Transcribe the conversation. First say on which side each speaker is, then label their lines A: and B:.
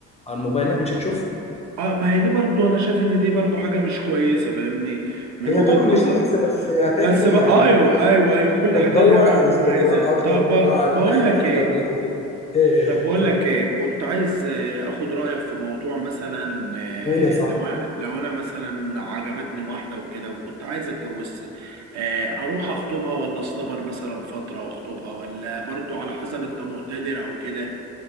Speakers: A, on the left; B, on the right.
A: على الموبايل انك مش هتشوفهم
B: اه ما هي دي برضو انا شايف ان دي برضو حاجة مش كويسة فاهمني من
A: هي
B: وجهة
A: طبعا مش
B: نظري
A: كويسه بس هتعمل
B: بس
A: ايه
B: بقى
A: يعني
B: ايوه ايوه ايوه كل
A: بتدور
B: حاجه لها عيوب
A: على
B: ومميزات
A: استقرار اكتر
B: طب
A: وبتدور
B: بق-
A: على
B: بقول
A: دخل
B: لك
A: اكتر
B: ايه
A: ليك وكده ايه ايه
B: طب بقول
A: اتفضل
B: لك ايه كنت عايز آه، اخد رايك في موضوع مثلا آه،
A: قول يا صاحبي
B: لو أ- لو انا مثلا عجبتني واحده وكده وكنت عايز اتجوزها آه، اروح اخطبها ولا اصطبر مثلا فتره واخطبها ولا برضو على حسب انت مقتدر او كده